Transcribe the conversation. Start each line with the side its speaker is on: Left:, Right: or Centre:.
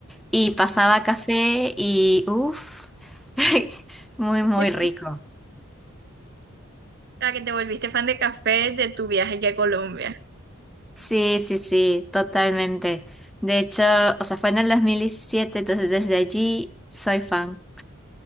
Centre: y pasaba café y uff, <laughs> muy,
Right: <laughs>
Centre: muy rico.
Right: O sea, que te volviste fan de café de tu viaje aquí a Colombia.
Centre: Sí, sí, sí, totalmente. De hecho, o sea, fue en el 2017, entonces desde allí soy fan.